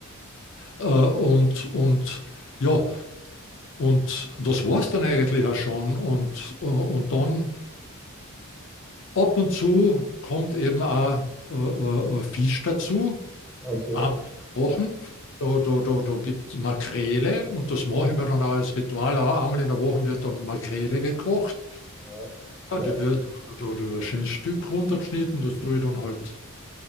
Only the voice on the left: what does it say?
Äh, und, und ja, und das war es dann eigentlich auch schon. Und, äh, und dann Ab und zu kommt eben auch äh, äh, äh, Fisch dazu,
einmal in der Woche.
Da, da, da, da gibt es Makrele
und das machen wir dann auch als Ritual. Auch Einmal in der Woche wird dann Makrele gekocht.
Ja, die wird, da, da, da wird ein schönes Stück runtergeschnitten, das tue ich dann halt